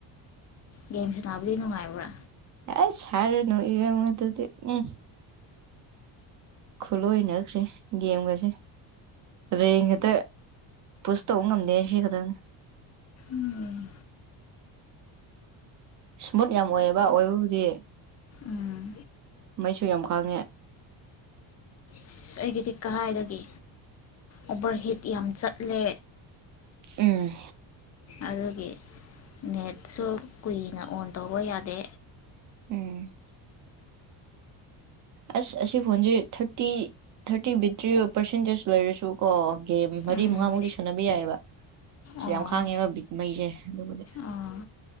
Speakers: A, on the left; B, on the right.
A: ꯒꯦꯝ ꯁꯥꯅ ꯗꯤ ꯅꯨꯡꯉꯥꯏꯕ꯭ꯔꯥ
B: ꯑꯁ ꯍꯥꯢꯔꯅꯨ ꯏꯕꯦꯝꯃ ꯑꯗꯨꯗꯤ ꯎꯝ ꯈꯨꯠꯂꯣꯏꯅꯈ꯭ꯔꯦ ꯒꯦꯝꯒꯁꯦ ꯔꯦꯡ ꯈꯛꯇ ꯄꯨꯁ ꯇꯧꯕ ꯉꯝꯗꯦ ꯁꯤ ꯈꯛꯇꯪꯅꯦ
A: ꯎꯝ
B: ꯏꯁꯃꯨꯠ ꯌꯥꯝ ꯑꯣꯏꯑꯕ ꯑꯣꯏꯕꯕꯨꯗꯤ
A: ꯎꯝ
B: ꯃꯩꯁꯨ ꯌꯥꯝ ꯈꯥꯡꯉꯦ
A: ꯑꯁ ꯑꯩꯒꯤꯗꯤ ꯀꯥꯏꯗꯒꯤ ꯑꯣꯚꯔꯍꯤꯠ ꯌꯥꯝ ꯆꯠꯂꯦ
B: ꯎꯝ
A: ꯑꯗꯨꯒꯤ ꯅꯦꯠꯁꯨ ꯀꯨꯏꯅ ꯑꯣꯟ ꯇꯧꯕ ꯌꯥꯗꯦ
B: ꯎꯝ ꯑꯁ ꯑꯁꯤ ꯐꯣꯟꯁꯦ ꯊꯔꯇꯤ ꯊꯔꯇꯤ ꯕꯦꯠꯇ꯭ꯔꯤ ꯄꯥꯔꯁꯦꯟꯇꯦꯖ ꯂꯩꯔꯁꯨꯀꯣ ꯒꯦꯝ ꯃꯔꯤ
A: ꯎꯝ
B: ꯃꯉꯥꯃꯨꯛꯇꯤ ꯁꯥꯟꯅꯕ ꯌꯥꯏꯑꯦꯕ ꯁꯤ
A: ꯑꯣ
B: ꯌꯥꯝ ꯈꯥꯡꯉꯦꯕ ꯃꯩꯁꯦ ꯑꯗꯨꯕꯨꯗꯤ
A: ꯑꯣ